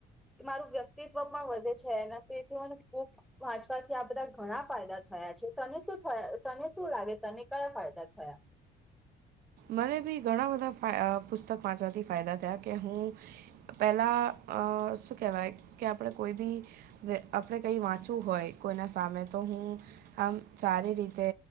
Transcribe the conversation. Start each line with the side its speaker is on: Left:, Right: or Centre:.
Centre: મારું વ્યક્તિત્વ પણ વધે છે એના તેથી મને બુક વાંચવાથી બધા ઘણા ફાયદા થયા છે તને શું થયા તને શું લાગે તને કયા ફાયદા થયા.
Right: મને બી ઘણા બધા ફા પુસ્તક વાંચવાથી ફાયદા થયા કે હું પેલા અ શું કેહેવાય કે આપણે કોઈ બી આપણે કઈ વાંચવું હોય કોઈના સામે તો હું આમ સારી રીતે